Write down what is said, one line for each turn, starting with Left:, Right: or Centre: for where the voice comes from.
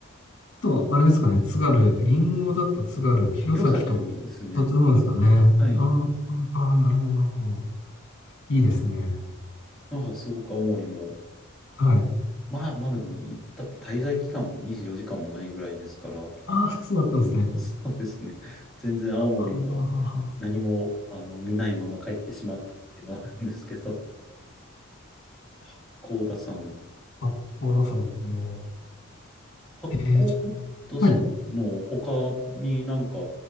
Left: と、あれですかね、津軽、銀ゴだった津軽、弘前とか、
Centre: 弘前ですね。
Left: そっちの方ですかね。
Centre: はい。
Left: ああ、ああなるほど、なるほど。いいですね。
Centre: なんかすごく青森も、
Left: はい。
Centre: まあまあでも行った滞在期間も24時間もないぐらいですから、
Left: ああ、そうだったんですね。
Centre: <laughs> そうですね。全然青森の
Left: ああ、
Centre: 何もあの見ないまま帰ってしまったっていうのはあるんですけど、八甲田山
Left: 八甲田山ですね。
Centre: と、八甲
Left: えー、ちょ
Centre: 田山の他になんか、
Left: はい、